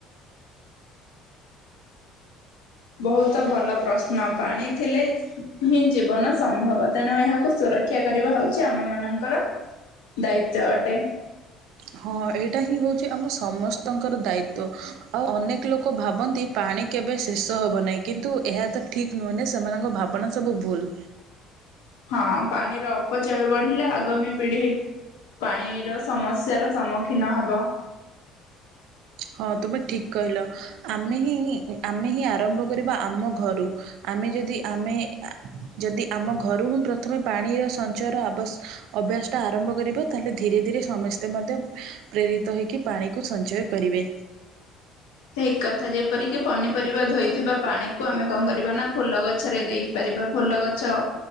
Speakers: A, on the left (about 85°); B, on the right (about 75°).
A: ବହୁତ ଭଲ ପ୍ରଶ୍ନ ପାଣି ଥିଲେ। ହିଁ ଜୀବନ ସମ୍ଭବ ତେଣୁ ଏହାକୁ ସୁରକ୍ଷା କରିବା ହଉଚଛି ଆମ ମାନଙ୍କର। ଦାୟିତଵ ଅଟେ।
B: ହଁ ଏଇଟା ହିଁ ହଉଛି ଆମ ସମସ୍ତଙ୍କର ଦାୟିତଵ ଆଉ ଅନେକ ଲୋକ ଭାବନ୍ତି ପାଣି। କେବେ ଶେଷ ହବ ନାହିଁ କିନ୍ତୁ ଏହା ତ ଠିକ୍ ନୁହେଁନ ସେମାନଙ୍କ ଭାବନା ସବୁ ଭୁଲ।
A: ହଁ ପାଣିର ଅପଚୟ ବଢିଲା ଆଗାମୀ ପିଢି। ପାଣିର ସମସ୍ୟାର ସମ୍ମୁଖୀନ ହେବ।
B: ହଁ ତୁମେ ଠିକ କହିଲ ଆମେ ହିଁ ଆମେ ହିଁ ଆରମ୍ଭ କରିବା ଆମ ଘରୁ। ଆମେ ଯଦି ଆମେ ଯଦି ଆମ ଘରୁ ହିଁ ପ୍ରଥମେ ପାଣିର ସଞ୍ଚୟର ଆବଶ। ଅଭ୍ୟାସଟା ଆରମ୍ଭ କରିବ ତାହେଲେ ଧୀରେ ଧୀରେ ସମସ୍ତେ ମଧ୍ୟ ପ୍ରେରିତ ହୋଇକି ପାଣିକୁ ସଞ୍ଚୟ।। କରିବେ।
A: ଠିକ କଥା ଯେପରିକି ପନିପରିବା ଧୋଇଥିବା ପାଣିକୁ ଆମେ କଣ କରିବା ନା ଫୁଲ ଗଛରେ ଦେଇ। ପରାରିବା ଫୁଲ ଗଛ।